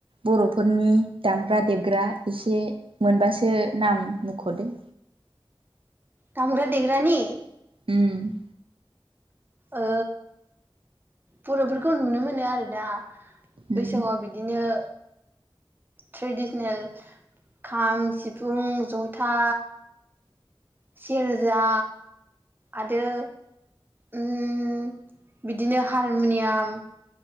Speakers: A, on the right; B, on the right.
A: बर'फोरनि दामग्रा देबग्रा एसे मोनबासो नाम मुख' दो।
B: दामग्रा देग्रानि।
A: उम
B: ओ बर'फोरखौ नुनो मोनो आरो ना।
A: उम
B: बैसागआव बिदिनो। ट्रेडिसनेल खाम सिफुं जथा सेरोजा आरो उम बिदिनो हारमुनियाम